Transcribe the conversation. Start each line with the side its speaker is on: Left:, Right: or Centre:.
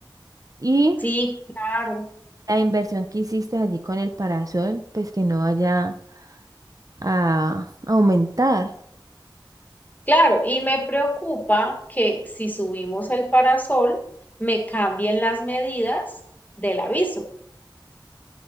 Right: Y
Left: Sí, claro,
Right: la inversión que hiciste allí con el parasol, pues que no vaya a aumentar.
Left: claro. Y me preocupa que si subimos el parasol, me cambien las medidas del aviso.